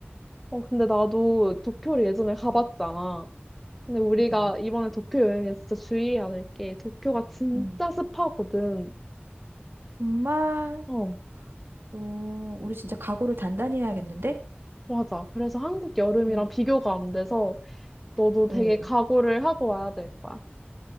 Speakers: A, in the centre; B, on the right (about 65°).
A: 어, 근데 나도 도쿄를 예전에 가봤잖아.
B: 음.
A: 근데 우리가
B: 응,
A: 이번에 도쿄 여행에 진짜 주의해야 될 게 도쿄가 진짜
B: 응.
A: 습하거든.
B: 정말,
A: 어,
B: 어, 우리 진짜 각오를 단단히 해야겠는데?
A: 맞아. 그래서 한국 여름이랑
B: 음.
A: 비교가 안 돼서 너도 되게
B: 어,
A: 각오를 하고 와야 될 거야.